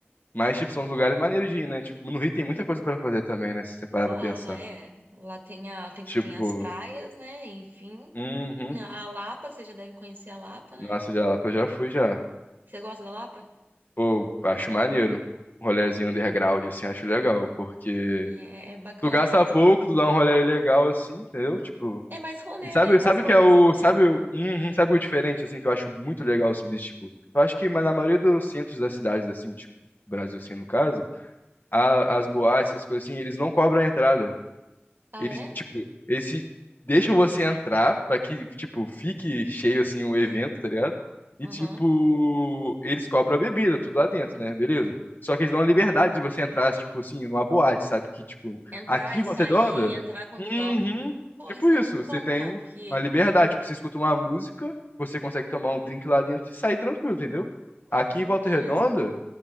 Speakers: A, on the left; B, on the right.
A: Mas, tipo, são os lugares maneiros de ir, né? Tipo, no Rio tem muita coisa pra fazer também, né? Se você parar
B: Ah,
A: pra pensar.
B: lá é. Lá tem, a, tem, tem
A: Tipo,
B: as praias, né? Enfim.
A: uhum.
B: A Lapa, você já deve conhecer a Lapa, né?
A: Nossa, já lá eu já fui já.
B: Você gosta da Lapa?
A: Pô, acho maneiro. Um rolezinho underground, assim, acho legal, porque
B: Sim, é, é bacana
A: tu gasta
B: mesmo.
A: pouco, tu dá um rolê legal, assim, entendeu? Tipo,
B: É mais rolê,
A: e sabe,
B: né? É mais
A: sabe
B: rolezinho
A: o que é o,
B: mesmo.
A: sabe, o- uhum, sabe o diferente, assim, que eu acho muito legal, assim, desse, tipo, eu acho que mas na maioria dos centros das cidades, assim, tipo, Brasil, assim, no caso, a- as boates, essas coisas assim, eles não cobram a entrada.
B: Ah,
A: Eles,
B: é?
A: tipo, eles se- deixam você entrar pra que, tipo, fique cheio, assim, o evento, tá ligado? E,
B: Aham.
A: tipo, eles cobram a bebida, tudo lá dentro, né? Beleza. Só que eles dão a liberdade de você entrar, tipo, assim, numa boate, sabe? Que, tipo,
B: Entrar
A: aqui
B: e
A: em Volta
B: sair,
A: Redonda,
B: entrar quando
A: uhum,
B: a hora. que- Pô,
A: tipo
B: isso
A: isso,
B: é muito
A: você
B: bom,
A: tem
B: cara, porque
A: uma liberdade. Tipo, você escuta uma música, você consegue tomar um drink lá dentro e sair tranquilo, entendeu? Aqui
B: é tranquilo
A: em Volta Redonda,
B: mesmo.